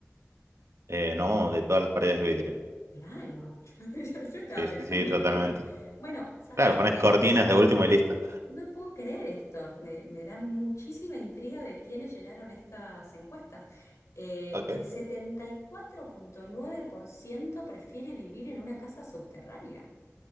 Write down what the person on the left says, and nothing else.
Claro, <laughs> yo, yo estaba
pensando
en lo mismo. Bueno, ¿sabés
qué?
No puedo creer esto, me, me da muchísima intriga de quiénes llenaron estas encuestas. Eh,
el setenta y cuatro punto nueve por ciento prefiere vivir en una casa subterránea.